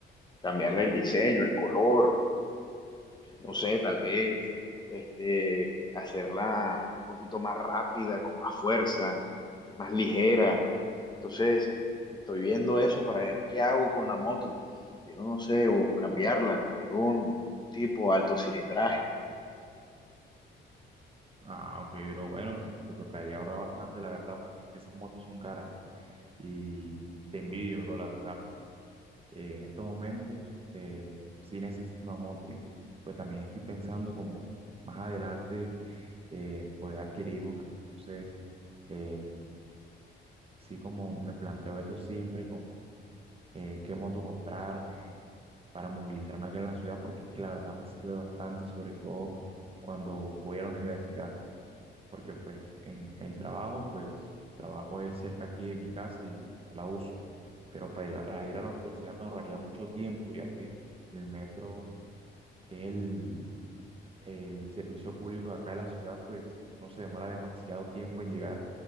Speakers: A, on the left; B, on the right.
A: cambiarle el diseño, el color, no sé, tal vez este, hacerla un poquito más rápida, con más fuerza, más ligera. Entonces, estoy viendo eso para ver qué hago con la moto. Quiero, no sé, o cambiarla. Quiero un, un tipo alto cilindraje.
B: Ah, ok, bro, bueno, <laughs> te tocaría ahorrar bastante, la verdad, porque es que esas motos son caras y te envidio, bro, la verdad, porque eh, en estos momentos eh, sí necesito una moto y pues también estoy pensando como más adelante eh, poder adquirir una. Entonces, eh, sí como me planteo eso siempre con eh, qué moto comprarme para movilizarme acá en la ciudad, porque es que la verdad me sirve bastante, sobre todo cuando voy a la universidad, porque pues en el trabajo, pues trabajo es cerca aquí de mi casa y no la uso, pero para ir a a ir a la universidad me ahorraría mucho tiempo, ya que el metro, que es el el servicio público de acá de la ciudad, pues no se demora demasiado tiempo en llegar.